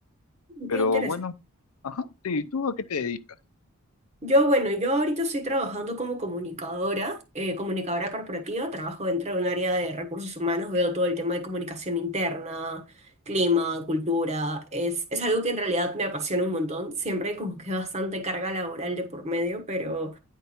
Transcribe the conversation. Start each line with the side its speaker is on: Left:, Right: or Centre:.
Left: Pero
Right: Qué interesante.
Left: bueno, ajá, sí, ¿tú a qué te dedicas?
Right: Yo, bueno, yo ahorita estoy trabajando como comunicadora, eh, comunicadora corporativa, trabajo dentro de un área de recursos humanos, veo todo el tema de comunicación interna, clima, cultura, es, es algo que en realidad me apasiona un montón, siempre hay como que bastante carga laboral de por medio, pero